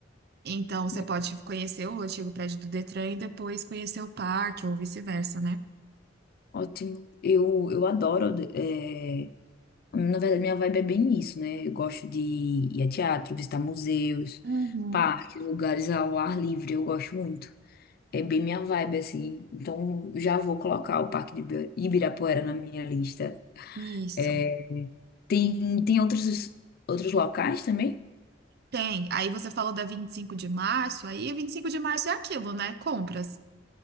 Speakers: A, on the right; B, on the left.
A: Então, você
B: Hum,
A: pode conhecer o antigo prédio do Detran e depois conhecer o parque, ou vice-versa, né?
B: Ótimo. Eu, eu adoro. é, Na verdade, minha vibe é bem isso, né? Eu gosto de ir a teatro, visitar museus,
A: Uhum.
B: parques, lugares ao ar livre. Eu gosto muito. É bem minha vibe, assim. Então, já vou colocar o Parque de Ibi- Ibirapuera na minha lista.
A: Isso.
B: É, Tem, tem outros, outros locais também?
A: Tem. Aí você falou da 25 de março, aí 25 de março é aquilo, né? Compras.